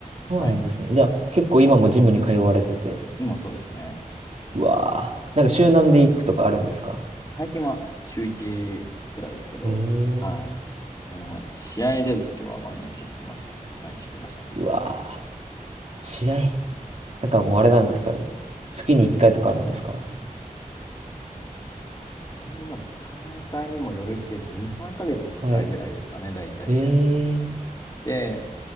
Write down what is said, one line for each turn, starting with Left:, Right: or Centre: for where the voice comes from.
Right: そうなんですね。
Left: はい。
Right: じゃあ結構今もジムに通われてて。
Left: 今そうですね。
Right: うわー。なんか集団で行くとかあるんですか
Left: 最近は週1くらいですけど、
Right: へえ。
Left: はい。あの、試合に出るときは毎日行ってますね。毎日行ってましたね。
Right: うわー。試合。なんかもうあれなんですか月に1回とかあるんですか
Left: その、まあ、大会にもよるけど、2、3ヶ月に1回ぐらいですかね、
Right: はい。
Left: 大体試合が
Right: へえ。
Left: で、